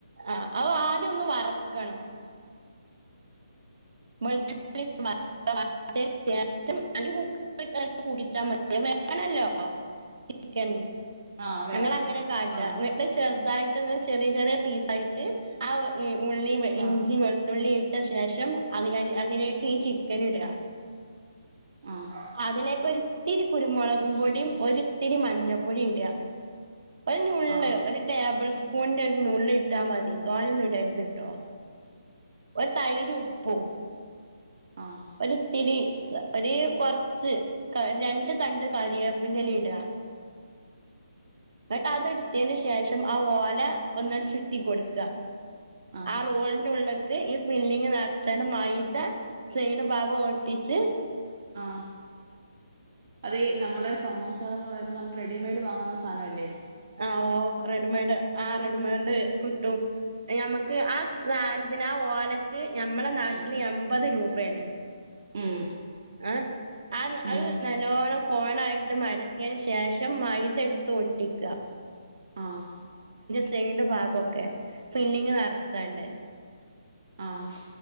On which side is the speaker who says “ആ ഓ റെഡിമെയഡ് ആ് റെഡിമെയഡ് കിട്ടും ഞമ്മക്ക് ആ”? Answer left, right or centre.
Right